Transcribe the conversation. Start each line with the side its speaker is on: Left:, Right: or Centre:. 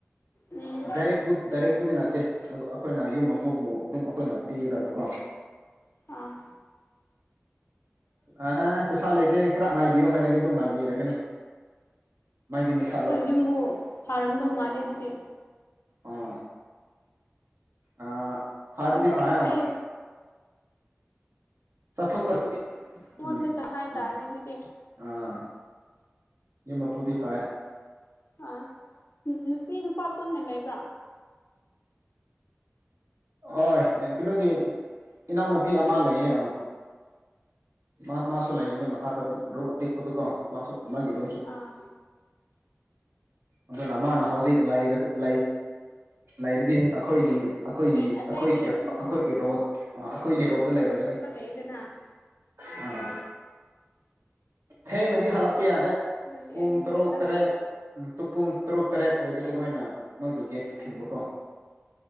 Left: ꯎꯝ
Right: ꯗꯥꯏꯔꯦꯛ ꯗꯥꯏꯔꯦꯛꯄꯨꯗꯤ ꯅꯠꯇꯦ ꯑꯩꯈꯣꯏꯅ ꯌꯨꯝ ꯑꯃ ꯎꯄꯨꯕꯨ ꯑꯗꯨꯝ ꯑꯩꯈꯣꯏꯅ ꯄꯤꯒꯗꯕꯀꯣ
Left: ꯑꯥ
Right: ꯑ ꯄꯩꯁꯥ ꯂꯩꯇꯦ ꯈꯔ ꯉꯥꯏꯕꯤꯌꯣ ꯍꯥꯏꯔꯗꯤ ꯑꯗꯨꯝ ꯉꯥꯏꯕꯤꯔꯒꯅꯤ ꯃꯩꯗꯤ ꯃꯨꯊꯠꯂꯣꯏ
Left: ꯌꯨꯝꯕꯨꯨ ꯐꯔꯝꯗꯧ ꯃꯥꯜꯂꯦ ꯑꯗꯨꯗꯤ
Right: ꯑꯥ ꯑꯥ ꯐꯥꯕꯗꯤ
Left: ꯑꯗꯣ
Right: ꯐꯥꯏꯌꯦ
Left: ꯑꯩ
Right: ꯆꯠꯊꯣꯛ ꯆꯠꯄꯗꯤ
Left: ꯑꯩꯉꯣꯟꯗꯇ
Right: ꯎꯝ
Left: ꯍꯥꯏꯇꯥꯔꯦ
Right: ꯑꯥ
Left: ꯑꯗꯨꯗꯤ
Right: ꯑꯥ ꯌꯨꯝ ꯃꯄꯨꯗꯤ ꯐꯩ
Left: ꯑ ꯅꯨꯄꯤ ꯅꯨꯄꯥ ꯄꯨꯟꯅ ꯂꯩꯕ꯭ꯔꯥ
Right: ꯑꯣꯏ ꯀꯩꯅꯣꯒꯤ ꯏꯅꯥꯎꯅꯨꯄꯤ ꯑꯃ ꯂꯩꯌꯦ ꯃꯥ ꯃꯥꯁꯨ ꯂꯩꯕꯅꯦ
Left: ꯑꯣ
Right: ꯃꯈꯥꯗ ꯔꯨꯝ ꯑꯄꯤꯛꯄꯗꯨ ꯀꯣ ꯃꯥꯁꯨ ꯃꯥꯒꯤ ꯔꯨꯝ
Left: ꯑꯥ
Right: ꯑꯗꯨꯅ ꯃꯥꯅ ꯍꯧꯖꯤꯛ ꯂꯩꯔꯗꯤ ꯑꯩꯈꯣꯏꯒꯤ ꯑꯩꯈꯣꯏꯒꯤ ꯑꯩꯈꯣꯏꯒꯤ
Left: ꯔꯦꯟ ꯑꯇꯩꯗꯤ ꯑꯗꯨꯝ
Right: ꯑꯩꯈꯣꯏꯒꯤ ꯔꯣꯗ ꯑꯩꯈꯣꯏꯒꯤ ꯔꯣꯝꯗ ꯂꯩꯔꯒꯅꯤ
Left: ꯂꯩꯌꯦꯗꯅ
Right: ꯑꯥ ꯊꯦꯡꯅꯗꯤ ꯍꯜꯂꯛꯄ ꯌꯥꯗꯦ
Left: ꯑꯗꯨꯗꯤ
Right: ꯄꯨꯡ
Left: ꯑꯩ ꯃꯉꯣꯟꯗ
Right: ꯇꯔꯨꯛ ꯇꯔꯦꯠ ꯄꯨꯡ ꯇꯔꯨꯛ ꯇꯔꯦꯠ ꯑꯣꯏꯕꯗꯣ ꯃꯣꯏꯅ ꯃꯪꯗꯨ ꯒꯦꯠꯇ ꯊꯤꯡꯕꯀꯣ